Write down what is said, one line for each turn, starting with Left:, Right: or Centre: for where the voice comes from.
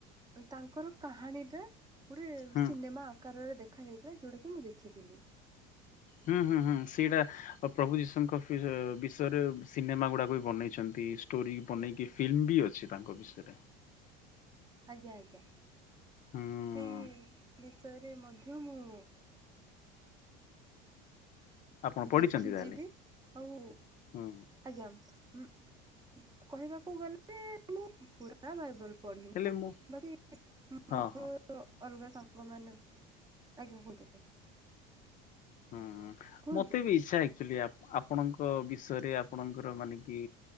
Right: ଓ ତାଙ୍କର କାହାଣୀ ଟା ଗୋଟେ
Left: ହୁଁ।
Right: ସିନେମା କାରରେ ଦେଖାଯାଇଥିଲା ଯୋଉଟାକି ମୁଁ ଦେଖିଥିଲି।
Left: ହୁଁ, ହୁଁ, ହୁଁ ସେଇଟା ପ-ପ୍ରଭୁ ଯୀଶୁଙ୍କ ଫିସେ-ବିଷୟରେ ସିନେମା ଗୁଡାକ ବି ବନେଇଛନ୍ତି। ଷ୍ଟୋରି ବନେଇକି ଫିଲ୍ମ ବି ଅଛି ତାଙ୍କ ବିଷୟରେ।
Right: ଆଜ୍ଞା, ଆଜ୍ଞା
Left: ହୁଁ
Right: ସେଇ ବିଷୟରେ ମଧ୍ୟ ମୁଁ
Left: ଆପଣ ପଢିଛନ୍ତି
Right: ଦେଖିଚି
Left: ତାହେଲେ?
Right: ବି ଆଉ
Left: ହୁଁ
Right: ଆଜ୍ଞା, ଉଁ, କହିବାକୁ ଗଲେ ମୁଁ ପୁରା ଆ ବାଇବେଲ ପଢିନି,
Left: ହେଲେ ମୁଁ
Right: ବାକି <inaudible>
Left: ହଁ ହଁ।
Right: ତ ଅଲଗା ସାଙ୍ଗମାନେ ଆଜ୍ଞା <inaudible>
Left: ହଁ, ହଁ
Right: କୁହନ୍ତୁ
Left: ମୋତେ ବି ଇଚ୍ଛା ଏକ୍ଚୁଲି ଆପ ଆ ଆପଣଙ୍କ ବିଷୟରେ ଆପଣଙ୍କର ମାନେ କି